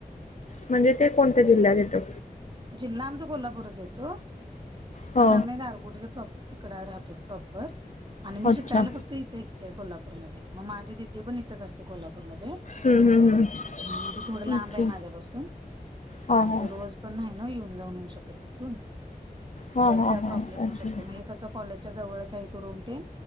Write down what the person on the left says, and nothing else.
म्हणजे ते कोणत्या जिल्ह्यात येतं?
हो.
अच्छा.
हं, हं, हं.
ओके.
हां,
हां.
हां,
हां, हां.
ओके.